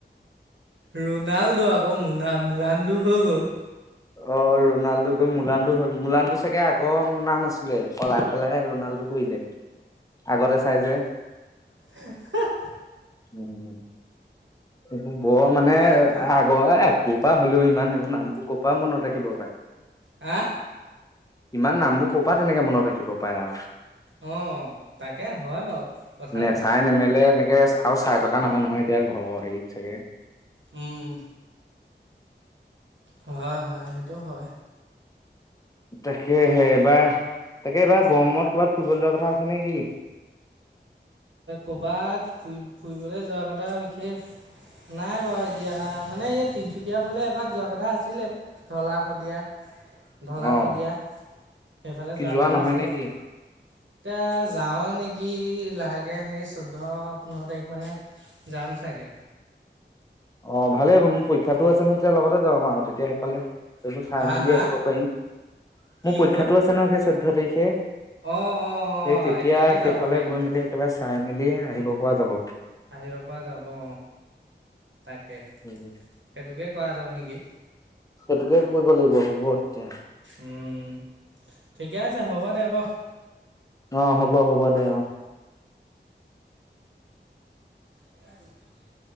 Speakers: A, on the right; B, on the left.
A: ৰোনাল্ডো আকৌ মুনা মুলাণ্ডো হৈ গ'ল।
B: অ ৰোণাল্ডো গৈ মুলাণ্ডু হ'ল, মুলাণ্ডু চাগে আগৰ নাম আছিলে ফলা সলাইহে ৰনাল্ডো কৰিলে আগতে চাই যে
A: <inaudible>
B: উম, এইবোৰ বৰ
A: ঠিকেই
B: মানে,
A: ঠিকে।
B: আগৰ একো পৰা হ'লেও ইমান এইবোৰ নামবোৰ ক'ৰ পৰা মনত ৰাখিব পাই।
A: আহ,
B: ইমান নামবোৰ ক'ৰপা, তেনেকে মনত ৰাখিব পাৰে আৰু।
A: অ, অ, তাকে হয় বাৰু। কথাটো।
B: নেচাই নেমেলে, এনেকে আও চাই থকা নহয় নহয় এতিয়া ঘৰৰ হেৰিত চাগে।
A: উম, হয়, হয় সেইটো হয়।
B: তাকেহে এবাৰ, তাকে এইবা
A: উম
B: গৰমত ক'ৰবাত ফুৰিবলে যোৱাৰ কথা আছে নেকি?
A: কৰ'বাত ফুৰি, ফুৰিবলৈ যোৱা কথা বিশেষ নাই বাৰু এতিয়া, মানে এই তিনিচুকীয়াৰ ফালে এপাক যোৱা কথা আছিলে। ধলা শদিয়া। ধলা
B: অ
A: শদিয়া, সেইফালে
B: কি
A: যোৱা কথা
B: নহয়
A: আছিলে।
B: নে কি
A: এতিয়া, যাওৱে নেকি? লাহেকে সেই, চৈধ্য পোন্ধৰ তাৰিখ মানে যাম চাগে।
B: অ, ভালেই হ'ব মোৰ পৰীক্ষাতোও আছে নহয়, তেতিয়া লগতে যাম আৰু তেতিয়া সেইফালে। চাই
A: হা
B: মেলি
A: হা
B: আহিব পাৰিম,
A: কি
B: মোৰ পৰীক্ষাটো
A: হ'ল
B: আছে ন, সেই চৈধ্যয় তাৰিখে।
A: অঁ অঁ
B: এই
A: অঁ
B: তেতিয়া
A: একেলগে যাব
B: সেইফালে
A: পাৰিম
B: গৈ
A: তেতিয়া
B: মেলি, একেবাৰে চাই মেলি, আহিব পৰা যাব।
A: আহিব পৰা যাব অ, তাকে।
B: উম, হম,
A: সেইটোকে কৰা যাওক নেকি?
B: সেইটোকে কৰিব লাগিব হ'ব এতিয়া।
A: উম, ঠিকে আছে, হ'ব দে বাৰু।
B: অ, হ'ব হ'ব দে অ,
A: <unintelligible>